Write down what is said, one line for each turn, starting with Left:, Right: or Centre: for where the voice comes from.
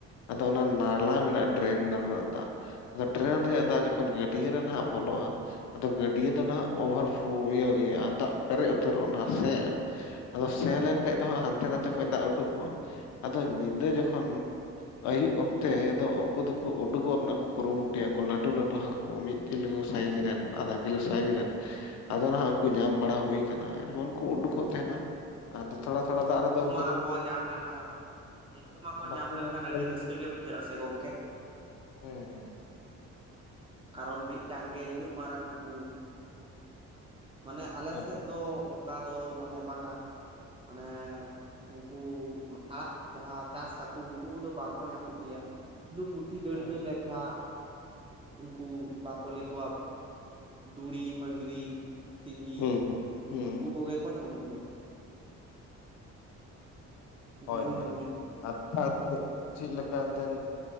Left: ᱟᱼᱫᱚ ᱚᱱᱟ ᱱᱟᱞᱟ ᱢᱮᱱᱟᱜᱼᱟ ᱰᱨᱮᱹᱱ ᱨᱮᱱᱟᱼᱜ ᱫᱟᱜ ᱟᱼᱫᱚ ᱰᱨᱮᱱ ᱨᱮᱭᱟᱼᱜ ᱫᱟᱜ ᱡᱚᱠᱷᱚᱱ ᱜᱟᱹᱰᱭᱟᱹ ᱨᱮ ᱱᱟᱦᱟᱼᱜ ᱵᱚᱞᱚᱜᱼᱟ ᱟᱼᱫᱚ ᱜᱟᱹᱰᱭᱟᱹ ᱫᱚ ᱱᱟᱦᱱᱟᱼᱜ ᱚᱵᱷᱟᱨ ᱯᱷ ᱼᱟ ᱤᱭᱟ ᱤᱭᱟ ᱫᱟᱜ ᱯᱮᱨᱮᱡ ᱩᱛᱟᱹᱨᱚᱜᱼᱟ ᱱᱟᱦᱥᱮ ᱟᱼᱫᱚ ᱥᱮᱱ ᱞᱮᱱᱠᱷᱟᱡ ᱫᱚ ᱦᱟᱱᱛᱮ ᱱᱟᱛᱮ ᱠᱷᱚᱡ ᱫᱟᱜ ᱩᱰᱩᱠᱚᱜᱼᱟ ᱟᱼᱫᱚ ᱧᱤᱫᱟᱹ ᱡᱚᱹᱠᱷᱚᱱ ᱟᱭᱩᱵ ᱚᱠᱛᱮ ᱫᱚ ᱩᱱᱠᱩ ᱫᱚᱠᱚ ᱩᱰᱩᱠᱚᱜ ᱨᱮᱱᱟᱜ ᱠᱚ ᱠᱩᱨᱩᱢᱩᱴᱩᱭᱼᱟ ᱩᱱᱠᱩ ᱞᱟᱹᱴᱩ ᱞᱟᱹᱴᱩ ᱦᱟᱹᱠᱩ ᱢᱤᱫᱹ ᱠᱤᱞᱳ ᱥᱟᱭᱤᱡ ᱨᱮᱱᱹ᱾ ᱟᱫᱷᱟᱹ ᱠᱤᱞᱳ ᱥᱟᱭᱤᱡᱽ ᱨᱮᱱ ᱟᱼᱫᱚ ᱱᱟᱦᱟᱼᱜ ᱩᱱᱠᱩ ᱧᱟᱢ ᱵᱟᱲᱟ ᱦᱩᱭᱩ ᱟᱼᱠᱟᱱᱟᱱᱟ ᱡᱮᱹᱢᱚᱱ ᱠᱚ ᱩᱰᱩᱠᱚᱜ ᱛᱟᱦᱮᱱᱟᱹ᱾ ᱟᱼᱫᱚ ᱛᱷᱚᱲᱟ ᱛᱷᱚᱲᱟ ᱫᱚ ᱟᱨ ᱫᱚᱹ-
Right: ᱢᱟ
Left: ᱩᱱᱠᱩ
Right: ᱠᱚ ᱧᱟᱢ ᱞᱮᱱᱹᱠᱷᱟᱱ ᱩᱱᱠᱩ ᱢᱟᱹᱠᱚ
Left: ᱵᱟᱠᱚ
Right: ᱧᱟᱢ ᱞᱮᱱᱹᱠᱷᱟᱱ ᱟᱹᱰᱤ
Left: ᱦᱩᱸ
Right: ᱨᱟᱹᱥᱠᱟᱹ ᱜᱮ ᱵᱩᱡᱷᱟᱹᱜᱼᱟ ᱥᱮ ᱜᱚᱝᱹᱠᱮ?
Left: ᱦᱮᱸ ᱦᱩᱸ
Right: ᱠᱟᱨᱚᱱ ᱢᱤᱫᱴᱟᱝ ᱜᱮ ᱤᱱᱟᱹᱜ ᱢᱟᱨᱟᱝ ᱦᱟᱹᱠᱩ᱾ ᱢᱟᱹᱱᱮ ᱟᱼᱞᱮ
Left: ᱦᱳᱭ
Right: ᱥᱮᱫ
Left: ᱦᱳᱭ
Right: ᱫᱚ ᱚᱱᱠᱟ ᱫᱚ ᱢᱟᱹᱱᱮ ᱵᱟᱝᱟ ᱢᱟᱹᱱᱮ ᱩᱱᱠᱩ ᱟᱲᱟᱼᱜ ᱡᱟᱦᱟᱸ ᱪᱟᱥ ᱦᱟᱹᱠᱩ ᱩᱱᱠᱩ ᱠᱚᱫᱚᱹ ᱵᱟᱝᱼᱠᱚ ᱧᱟᱢᱚᱜ ᱜᱮᱼᱭᱟ ᱥᱩᱫᱩ <inaudible> ᱫᱲᱠ
Left: ᱦᱩᱸ
Right: ᱞᱮᱹᱠ ᱠᱟᱛᱷᱟ ᱩᱱᱠᱩ ᱵᱟᱝᱼᱠᱚ ᱞᱠᱚᱣᱟ ᱫᱩᱲᱤ ᱢᱟᱹᱟᱝᱨᱤ᱾ ᱥᱤᱸᱜᱤ
Left: ᱦᱩᱸ ᱦᱩᱸ ᱦᱩᱸ
Right: ᱩᱱᱠᱩ ᱠᱚᱹᱜᱮ ᱠᱚ ᱧᱟᱢᱚᱜ ᱜᱮᱼᱭᱟ᱾
Left: ᱦᱳᱭᱸ
Right: ᱵᱩᱢᱵᱩᱡ
Left: ᱦᱳᱭᱸ ᱟᱪᱮᱫ ᱞᱮᱠᱟ ᱮᱱᱛᱮᱫ